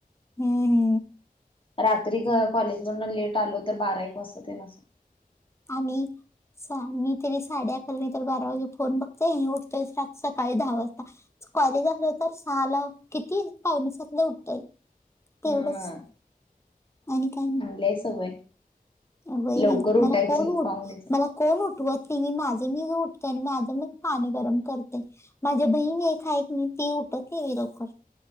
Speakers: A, on the left; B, on the left.
A: हम्म हम्म
B: रात्री कॉलेज वरून लेट आलो तर, बारा एक वाजतात येन.
A: आणि मी तर रात्री साडेअकरा बारापर्यंत फोन बघतोय आणि उठतोय सकाळी दहा वाजता. कॉलेज असलं तर सहाला किती पावनसातलला उठतोय. तेवढेच
B: हम्म
A: आणि काय नाही.
B: लै सवय,
A: व्हय
B: लवकर
A: बाई
B: उठायची
A: मला कोण उठ
B: पाहुणेच
A: मला कोण उठवत नाही, माझा मी उठते आणि माझं मला पाणी गरम करते. माझी बहीण एक हाय की ना ती लवकर <unintelligible>